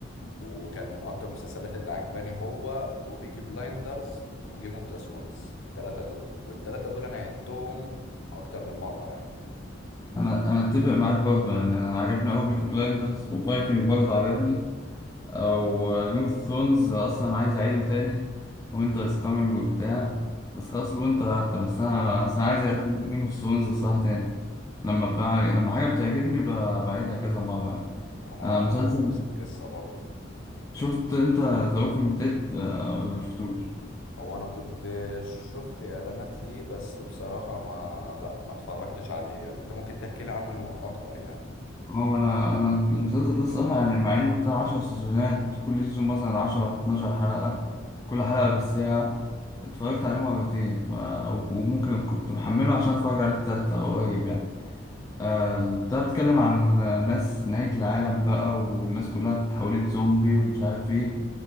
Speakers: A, on the left; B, on the left.
A: وكان من اكتر المسلسلات اللي عجباني هو وبيكي بلايندرز وجيم اوف ذا ثرونز التلاتة دول والتلاتة دول انا عدتهم اكتر من مرة يعني
B: انا انا اتفق معاك برضه يعني انا عجبني قوي بيكي بلايندرز وفايكنج برضه عجبني او جيم اوف ثرونز اصلا عايز اعيده تاني وينتر از كامينج وبتاع بس خلاص الوينتر عدى بس انا بس انا عايز اعيد جيم اوف ثرونز الصراحه تاني لما بتاع... لما حاجه بتعجبني ب- بعيدها كذا مره يعني
A: انا
B: آه مسلسل
A: نفس القصة برضو
B: شفت انت ذا ووكينج ديد ولا ما شفتوش
A: هو انا كنت شفت اعلانات ليه بس بصراحة ما لا ما اتفرجتش عليه يعني انت ممكن تحكي لي عنه اكتر يعني
B: هو انا انا المسلسل ده الصراحه يعني مع انه بتاع 10 سيزونات كل سيزون مثلا 10 12 حلقه كل حلقه بالساعه اتفرجت عليه مرتين و- وممكن كنت محمله عشان اتفرج عليه التالتة قريب يعني آه، بتاع بتتكلم عن ناس نهاية العالم بقى والناس كلها اتحولت زومبي ومش عارف ايه